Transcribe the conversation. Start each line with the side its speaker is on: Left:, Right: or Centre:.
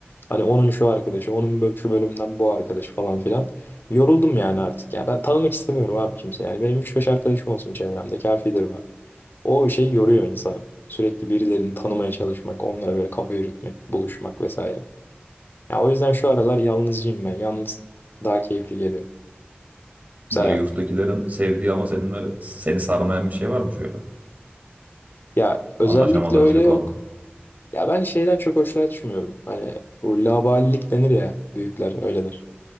Left: Hani onun şu arkadaşı, onun bö- şu bölümden bu arkadaş falan filan. Yoruldum yani artık ya. Ben tanımak istemiyorum abi kimse. Yani benim üç beş arkadaşım olsun çevremde kafidir o şey yoruyor insanı. Sürekli birilerini tanımaya çalışmak, onlara böyle kafa yürütmek, buluşmak vesaire. Ya o yüzden şu aralar yalnızcıyım ben. Yalnız daha keyifli geliyor. Mesela
Right: Böyle yurttakilerin sevdiği ama senin böyle seni sarmayan bir şey var mı şöyle?
Left: ya özellikle
Right: Anlaşamadığınız
Left: öyle
Right: bir konu.
Left: yok. Ya ben şeyden çok hoşlanmıyorum. Hani bu laubalilik denir ya büyükler öyledir.